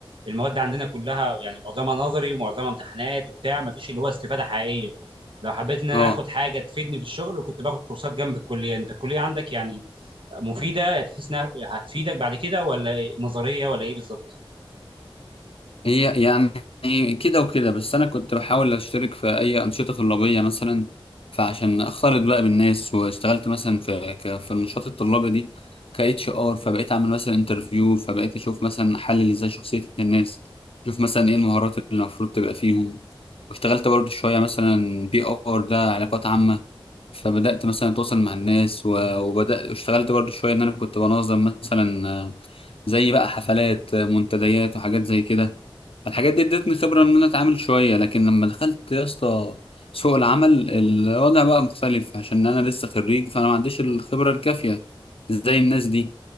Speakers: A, on the right; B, on the left.
A: المواد عندنا كلها يعني معظمها نظري ومعظمها امتحانات وبتاع ما فيش اللي هو استفاده حقيقيه لو حبيت ان انا
B: اه
A: اخد حاجه تفيدني في الشغل كنت باخد كورسات جنب الكليه انت الكليه عندك يعني مفيده تحس انها هتفيدك بعد كده ولا نظريه ولا ايه بالظبط
B: هي يعني كده وكده بس انا كنت بحاول اشترك في اي انشطه طلابيه مثلا فعشان اختلط بقى بالناس واشتغلت مثلا في ك- في النشاط الطلابي دي ك اتش ار فبقيت اعمل مثلا انترفيو فبقيت اشوف مثلا احلل ازاي شخصيه الناس اشوف مثلا ايه المهارات اللي المفروض تبقى فيهم واشتغلت برضو شويه مثلا بي ار ده علاقات عامه فبدأت مثلا أتواصل مع الناس و- وبدأت اشتغلت برضو شوية إن أنا كنت بنظم مثلا آه، زي بقى حفلات آه، منتديات وحاجات زي كده فالحاجات دي ادتني خبرة إن أنا أتعامل شوية لكن لما دخلت يا اسطى سوق العمل الوضع بقى مختلف عشان أنا لسه خريج فأنا ما عنديش الخبرة الكافية زي الناس دي